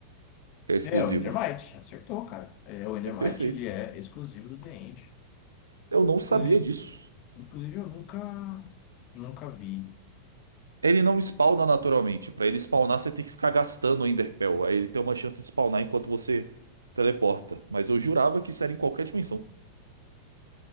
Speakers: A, on the right; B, on the left.
A: que é exclusivo.
B: É o Endermite, acertou, cara. É, o Endermite
A: É perfeito.
B: ele é exclusivo do The End.
A: Eu não sabia
B: Inclusive,
A: disso.
B: inclusive eu nunca, nunca vi.
A: Ele não spawna naturalmente. Pra ele spawnar, você tem que ficar gastando o Enderpell. Aí ele tem uma chance de spawnar enquanto você teleporta. Mas eu jurava que isso era em qualquer dimensão.